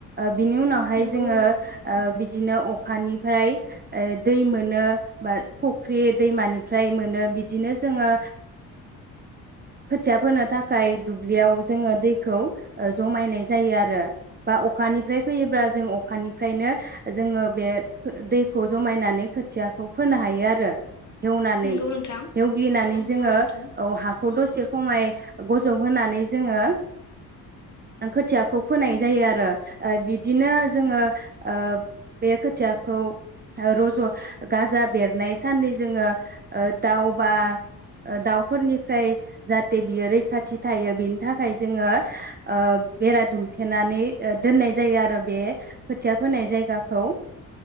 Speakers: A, on the right; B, on the left.
A: बिनि उनावहाय
B: नोंगौ
A: जोङो
B: नोंथां
A: ओ बिदिनो। अखानिफ्राय दै मोनो, बा फुख्रि दैमानिफ्राय मोनो बिदिनो जोङो खोथिया फोनो थाखाय दुब्लियाव जोङो दैखौ जमायनाय जायो आरो। बा अखानिफ्राय फैयोब्ला जों अखानिफ्रायनो जों। बे दैखौ जमायनानै खोथियाखौ फोनो हायो आरो एवनानै
B: नोंगौ नोंथां
A: एवग्लिनानै
B: नोंगौ
A: जोङो
B: नोंथां
A: औ हा खौ दसे खमाय गजब होनानै जोङो खोथियाखौ फोनाय जायो आरो बिदिनो जोङो ओ। बे खोथियाखौ रज' गाजा। बेरनाय साननै जोङो दाउ बा। दाउफोरनिफ्राय जाहाथे बियो रैखाथि थायो बेनि थाखाय जोङो ओ बेरा दुमथेनानै दोननाय जायो आरो बे खोथिया फोनाय जायगा खौ।